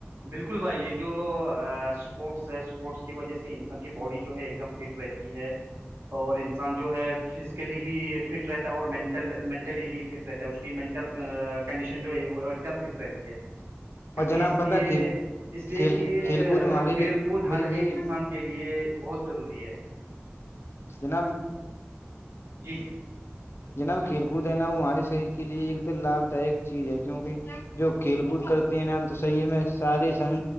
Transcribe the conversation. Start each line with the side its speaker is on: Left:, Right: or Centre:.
Right: بالکل بھائی یہ جو اسپورٹس ہے اسپورٹس کی وجہ سے انسان کی باڈی جو ہے ایک دم فٹ رہتی ہے اور انسان جو ہے فزیکلی بھی فٹ رہتا ہے اور مینٹل مینٹلی بھی فٹ رہتا اس کی مینٹل کنڈیشن جو ہے وہ ایک دم فٹ رہتی ہے کیونکہ
Left: اور جناب
Right: اس
Left: پتہ
Right: لیے
Left: کہ
Right: اس لیے
Left: کھیل
Right: کہ
Left: کھیل کود ہمارے
Right: کھیل
Left: لیے
Right: کود
Left: میری
Right: ہر
Left: میری
Right: ایک انسان کے لیے بہت ضروری ہے
Left: <inaudible>
Right: جی جی
Left: ج نا وہ کھیل کود ہے نا وہ ہمارے شریر کے لیے ایک دم لابھ دائک چیز ہے کیونکہ جو کھیل کود کرتے ہیں ن ہم تو سریر میں سارے سنگ